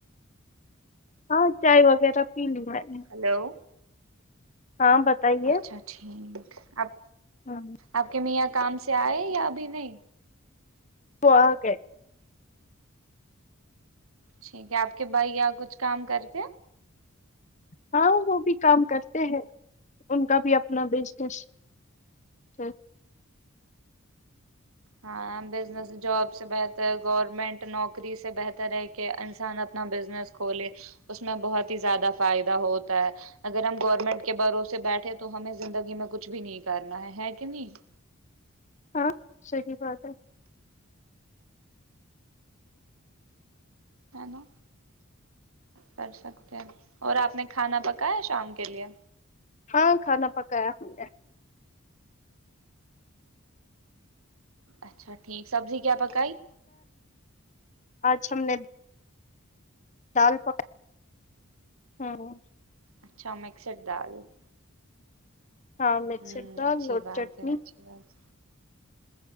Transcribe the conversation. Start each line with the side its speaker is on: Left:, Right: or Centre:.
Left: ہاں چائے وغیرہ پی لی میں نے
Right: ہلو
Left: ہاں بتائیے
Right: اچھا ٹھیک آپ
Left: ہاں
Right: آپ کے میاں کام سے آئے یا ابھی نہیں
Left: <inaudible>
Right: ٹھیک ہے آپ کے بھائی کیا کچھ کام کرتے
Left: ہاں وہ بھی کام کرتے ہیں ان کا بھی اپنا بزنس ہے
Right: ہاں بزنس جاب سے بہتر گورنمنٹ نوکری سے بہتر ہے کہ انسان اپنا بزنس کھولے اس میں بہت ہی زیادہ فائدہ ہوتا ہے اگر ہم گورنمنٹ کے بھروسے بیٹھے تو ہمیں زندگی میں کچھ بھی نہیں کرنا ہے ہے کہ نہیں
Left: ہاں صحی بات ہے
Right: نا کر سکتے ہیں اور آپ نے کھانا پکایا شام کے لیے
Left: ہاں کھانا پکایا ہا ہے
Right: اچھا ٹھیک سبزی کیا پکائی
Left: چ س نے <inaudible> دال پک <inaudible> ہاں <inaudible>
Right: اچھا مکسڈ دال <inaudible>
Left: ہاں مسی
Right: ہوں
Left: دال
Right: اچھی
Left: اور
Right: بات
Left: چٹنی
Right: ہے اچھی
Left: <unintelligible>
Right: بات